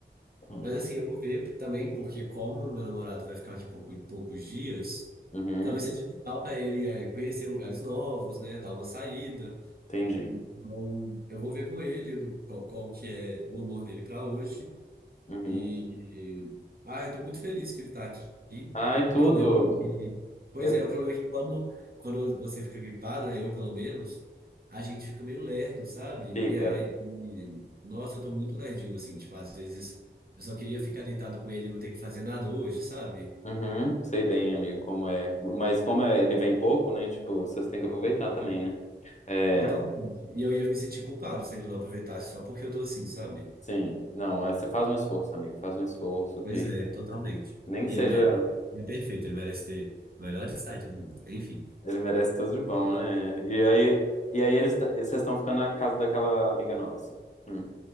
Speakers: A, on the left; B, on the right.
A: hum.
B: mas assim, eu vou ver também, porque como meu namorado vai ficar aqui pouco, poucos dias,
A: uhum,
B: então talvez seja legal pra ele, é, conhecer lugares novos, né, dar uma saída.
A: entendi.
B: Então, eu vou ver com ele do, qual, qual que é o humor dele para hoje.
A: Uhum.
B: E, ah, eu tô muito feliz que ele tá aqui.
A: Ai,
B: O
A: tudo.
B: problema é que, pois
A: Eu...
B: é, o problema é que quando, quando você fica gripado, né, eu pelo menos, a gente fica meio lerdo, sabe?
A: Fica.
B: E aí, nossa, eu tô muito lerdinho, assim, tipo, às vezes eu só queria ficar deitado com ele e não ter que fazer nada hoje, sabe?
A: Uhum, sei bem, amigo, como é. Mas como é- ele vem pouco, né? Tipo, vocês têm que aproveitar também, né? É,
B: Totalmente. E eu ia me sentir culpado se ele não aproveitasse só porque eu tô assim, sabe?
A: sim. Não, aí você faz um esforço, amigo. Faz um esforço que.
B: Pois é, totalmente.
A: Nem que
B: E
A: seja.
B: ele merece. Ele é perfeito, ele merece ter a melhor estadia do mundo. Enfim.
A: Ele merece tudo de bom, né? E aí, e aí eles t- vocês estão ficando na casa daquela amiga nossa. Hum,